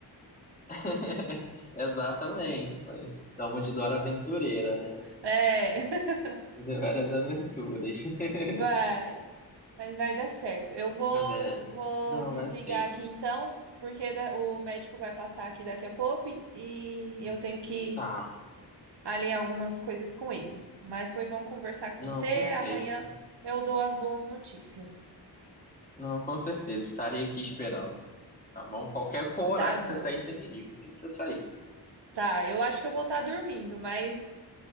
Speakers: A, on the left; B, on the right.
A: <laughs> Exatamente, isso aí. Dá uma de Dora Aventureira, né?
B: É, <laughs>
A: Fazer várias aventuras. <laughs>
B: vai. Mas vai dar certo. Eu vou,
A: Mas é,
B: vou
A: não,
B: desligar
A: vai sim.
B: aqui então, porque da- o médico vai passar aqui daqui a pouco e, e eu tenho que
A: Tá,
B: alinhar algumas coisas com ele. Mas foi bom conversar com
A: não,
B: você.
A: perfeito.
B: Amanhã eu dou as boas notícias.
A: Não, com certeza, estarei aqui esperando, tá bom? Qualquer horário
B: Tá bom.
A: que você sair, você me liga, assim que você sair.
B: Tá, eu acho que eu vou estar dormindo, mas,